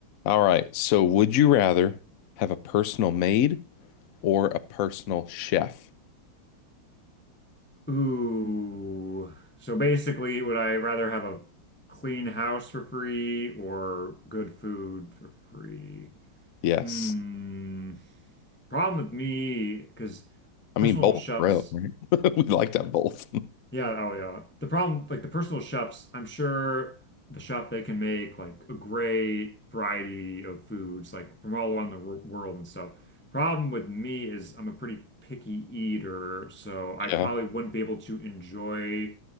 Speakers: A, on the left (about 70°); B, on the left (about 15°).
A: All right. So, would you rather have a personal maid or a personal chef?
B: Ooh. So basically, would I rather have a clean house for free or good food for free?
A: Yes.
B: Hmm. Problem with me, because personal
A: I mean, both,
B: chefs
A: bro, right? <laughs> We like that both. <laughs>
B: yeah, oh yeah. The problem, like the personal chefs, I'm sure the chef they can make like a great variety of foods, like from all around the wor- world and stuff. Problem with me is I'm a pretty picky eater, so I
A: Yeah.
B: probably wouldn't be able to enjoy